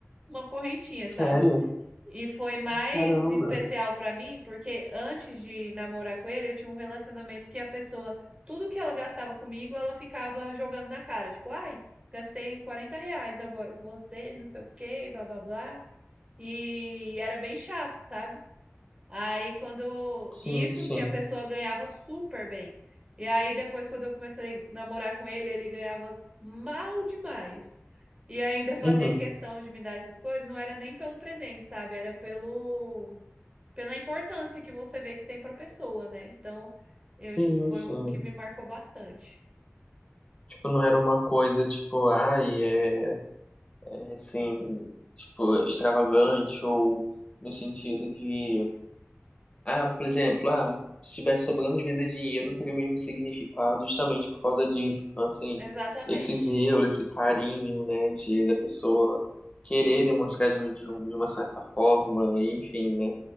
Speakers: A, on the right; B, on the left.
A: uma correntinha, sabe?
B: Sério?
A: E foi mais
B: Caramba.
A: especial para mim, porque antes de namorar com ele, eu tinha um relacionamento que a pessoa, tudo que ela gastava comigo, ela ficava jogando na cara. Tipo, ai, gastei 40 reais agora com você, não sei o quê, blá blá blá. E era bem chato, sabe? Aí quando.
B: Sim,
A: E isso
B: sim.
A: que a pessoa ganhava super bem. E aí depois, quando eu comecei a namorar com ele, ele ganhava mal demais. E ainda fazia
B: Uhum.
A: questão de me dar essas coisas, não era nem pelo presente, sabe? Era pelo pela importância que você vê que tem para a pessoa, né? Então, eu
B: Sim,
A: foi
B: sim.
A: um que me marcou bastante.
B: Tipo, não era uma coisa, tipo, ai, é. assim, tipo, extravagante ou no sentido de, ah, por exemplo, ah, se tivesse sobrando às vezes dinheiro, não teria o mesmo significado justamente por causa disso. Então, assim,
A: Exatamente.
B: esse zelo, esse carinho, né, de da pessoa querer
A: Uhum.
B: demonstrar de, um- de um- de uma certa forma, enfim, né?